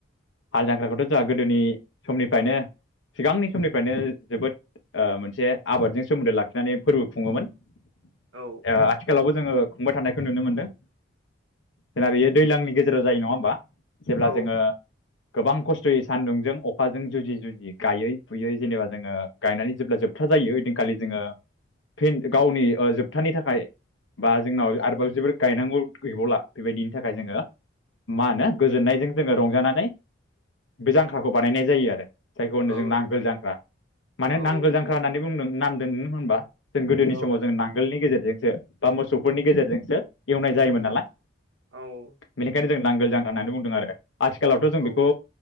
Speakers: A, on the left; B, on the right.
A: हाल जांख्राखौथ' जोंहा गोदोनि समनिफ्रायनो सिगांनि समनिफ्रायनो जोबोद ओ मोनसे आबादजों सोमोन्दो लाखिनानै फोरबो खुङोमोन ।
B: औ
A: ओ आथिखालाबो जोङो खुंबाय थानायखौ नुनो मोनदों । जोंना बेयो दैलांनि गेजेराव जायो नङा होमबा? जेब्ला
B: औ
A: जोङो गोबां खस्थ'यै सान्दुंजों, अखाजों जुजि जुजि गायै फुयै जेनेबा जोङो गायनानै जेब्ला जोबथा जायो ओइदिनखालि जोङो फिन गावनि ओ जोबथानि थाखाय बा जोंनाव आरोबाव जोबोर गायनांगौ गैबावला बेबायदिनि थाखाय जोङो मा होनो गोजोननायजों जोङो रंजानानै बे जांख्राखौ बानायनाय जायो आरो । जायखौ होनो
B: औ
A: जों नांगोल जांख्रा माने
B: औ
A: नांगोल जांख्रा होननानै नाम दोन होनबा जों गोदोनि
B: औ
A: समाव जों नांगोलनि गेजेरजोंसो बा मोसौफोरनि गेजेरजोंसो एवनाय
B: उम
A: जायोमोन नालाय ।
B: औ
A: बेनिखायनो जों नांगोल जांख्रा होननानै बुंदों आरो । आथिखालावथ' जों
B: औ
A: बेखौ